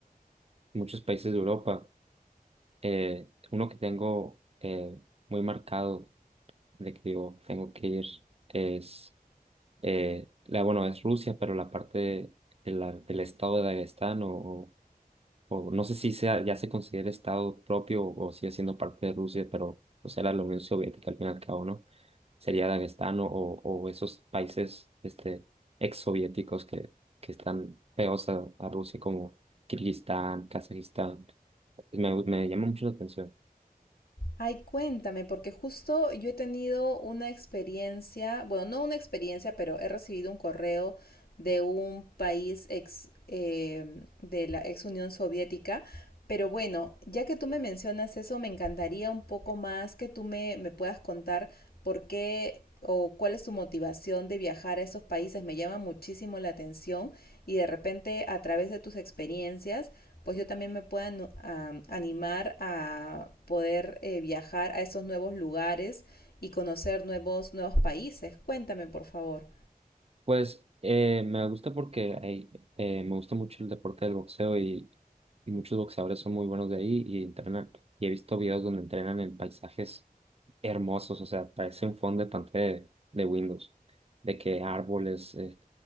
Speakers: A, on the right (about 40°); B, on the left (about 85°).
A: muchos países de Europa. Eh, uno que tengo eh, muy marcado de que digo, tengo que ir es, eh, la, bueno, es Rusia, pero la parte de- de la- del estado de Dagestán o, o no sé si sea, ya se considera Estado propio o, o sigue siendo parte de Rusia, pero pues era la Unión Soviética al fin y al cabo, ¿no? Sería Dagestán o, o o esos países este, exsoviéticos que, que están pegados a, a Rusia como Kirguistán, Kazajistán. Me, me llama mucho la atención.
B: Ay, cuéntame, porque justo yo he tenido una experiencia, bueno, no una experiencia, pero he recibido un correo de un país ex, eh, de la ex Unión Soviética. Pero bueno, ya que tú me mencionas eso, me encantaría un poco más que tú me, me puedas contar por qué o cuál es tu motivación de viajar a esos países. Me llama muchísimo la atención y de repente a través de tus experiencias pues yo también me pueda um, animar a poder eh, viajar a esos nuevos lugares y conocer nuevos, nuevos países. Cuéntame, por favor.
A: Pues eh, me gusta porque hay, eh, me gusta mucho el deporte del boxeo y, y muchos boxeadores son muy buenos de ahí y entrenan. Y he visto videos donde entrenan en paisajes hermosos, o sea, parece un fondo de pantalla de, de Windows, de que árboles, eh,